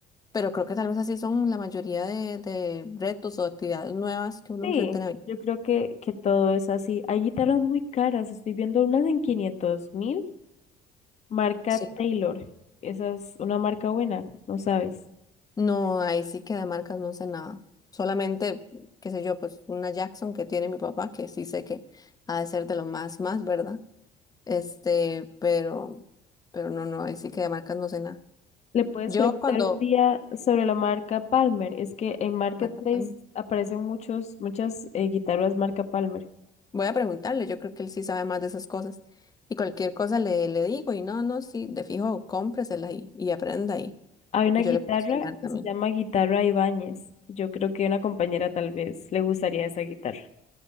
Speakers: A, on the left; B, on the left.
A: Pero creo que tal vez así son la mayoría de, de retos o actividades nuevas que uno
B: Sí,
A: enfrenta en la vida.
B: yo creo que, que todo es así. Hay guitarras muy caras. Estoy viendo unas en quinientos mil, marca
A: Sí.
B: Taylor. Esa es una marca buena, no sabes.
A: No, ahí sí que de marcas no sé nada. Solamente, qué sé yo, pues una Jackson que tiene mi papá, que sí sé que ha de ser de lo más, más, ¿verdad? Este, pero, pero no, no, ahí sí que de marcas no sé nada.
B: Le puedes
A: Yo
B: preguntar
A: cuando,
B: un día sobre la marca Palmer. Es que en Marketplace
A: Marca Palma,
B: aparecen muchos, muchas eh, guitarras marca Palmer.
A: voy a preguntarle, yo creo que él sí sabe más de esas cosas. Y cualquier cosa le, le digo, y no, no, sí, de fijo, cómpresela y, y aprenda ahí.
B: Hay una
A: Y
B: guitarra
A: yo le puedo enseñar también.
B: que se llama Guitarra Ibáñez. Yo creo que una compañera tal vez le gustaría esa guitarra.